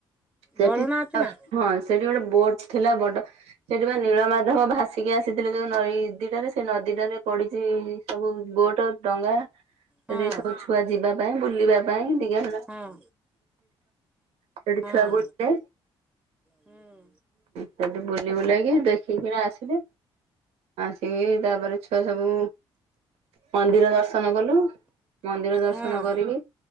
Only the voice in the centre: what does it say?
ଢରଣା ଅଛି ନା
ହଁ
ହଁ
ହଁ
ହୁଁ
ହଁ